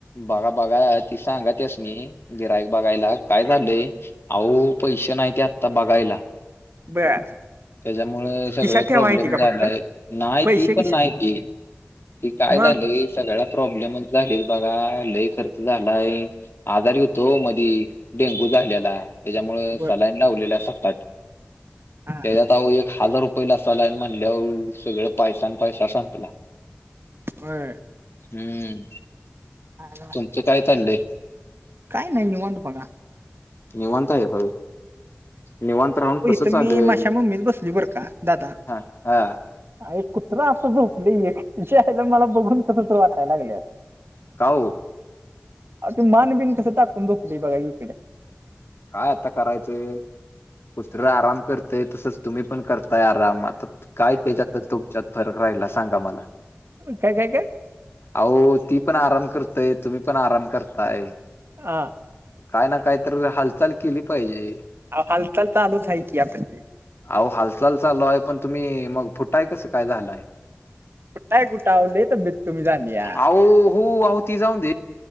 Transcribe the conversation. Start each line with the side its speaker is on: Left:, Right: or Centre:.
Left: बघा बघा की सांगा त्यासनी गिऱ्हाईक बघायला. काय झालंय अहो पैसे नाही ते आत्ता बघायला.
Right: बर.
Left: त्याच्यामुळे सगळं
Right: खिशात ठेवा
Left: प्रॉब्लेम
Right: येते का
Left: झालाय
Right: फक्त
Left: नाही
Right: पैसे
Left: ती पण
Right: खिशात
Left: नाही ती कि काय
Right: मग
Left: झालंय सगळ्या प्रॉब्लेमच झाले बघा लय खर्च झालाय. आजारी होतो मधी डेंगू झालेला त्याच्यामुळे
Right: बर
Left: सलाईन लावलेला सात आट
Right: हा
Left: त्याच्यात आहो एक हजार रुपयला सलाईन म्हणल्यावर सगळ पैसा आणि पैसा संपला.
Right: होय.
Left: हम्म.
Right: <unintelligible>
Left: तुमचं काय चाललंय?
Right: काय नाही निवांत बघा.
Left: निवांत हाय व्हय निवांत राहून कसं
Right: तर
Left: चालेल?
Right: मी माशा मम्मीच बसलोय बर का दादा.
Left: हा हा
Right: काय कुत्र असं झोपलय एक च्यायला मला बघून कस तर वाटायला लागलय.
Left: का ओ?
Right: आवो ते मान बिन कस टाकून झोपते बघा की इकड.
Left: काय आता करायचं? कुत्र आराम करतय तसंच तुम्ही पण करताय आराम आ काय त्याच्यात तुमच्यात फरक राहिला सांगा मला.
Right: काय काय काय?
Left: आओ ती पण आराम करतय तुम्ही पण आराम करताय.
Right: हा.
Left: काय ना काय तर हालचाल केली पाहिजे.
Right: हालचाल चालूच हाय की आता.
Left: आहों हालचाल चालू आहे पण, तुम्ही मग फुटाय कसं काय झालाय.
Right: फुटाय कुठे आओ लई तब्येत कमी झाल्या.
Left: अहो हो ते जाऊदे